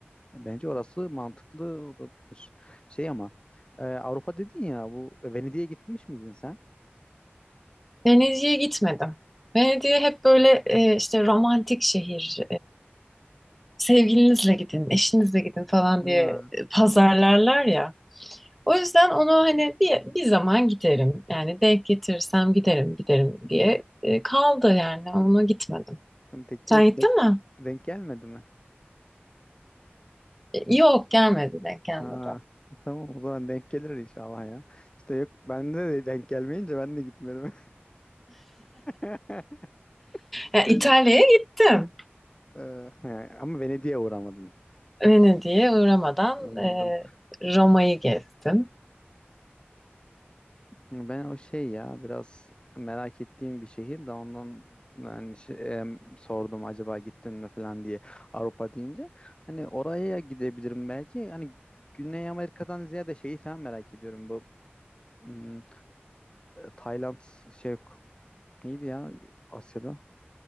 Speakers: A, on the left (about 25°); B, in the centre.
A: Bence orası mantıklı olabilir. Şey ama e, Avrupa dedin ya bu Venedik'e gitmiş miydin sen?
B: Venedik'e gitmedim. Venedik'e hep böyle e, işte romantik şehir sevgilinizle gidin, eşinizle gidin falan
A: Ha,
B: diye e, pazarlarlar ya. O yüzden onu hani bir, bir zaman giderim. Yani denk getirirsem giderim, giderim diye e, kaldı yani. Ona gitmedim.
A: Denk,
B: Sen
A: gel-
B: gittin
A: denk,
B: mi?
A: denk gelmedi mi?
B: E, Yok gelmedi, denk gelmedi.
A: Ha, tamam o zaman denk gelir inşallah ya. İşte yok bende de denk gelmeyince ben de gitmedim. <laughs>
B: Yani
A: Şey,
B: İtalya'ya gittim.
A: e, he, ama Venedik'e uğramadın.
B: Venedik'e uğramadan
A: Anladım.
B: e, Roma'yı gezdim.
A: Ben o şey ya biraz merak ettiğim bir şehir de ondan yani şey, em, sordum acaba gittin mi falan diye Avrupa deyince. Hani oraya gidebilirim belki. Hani Güney Amerika'dan ziyade şeyi falan merak ediyorum bu hmm, Tayland şey yok. Neydi ya Asya'da?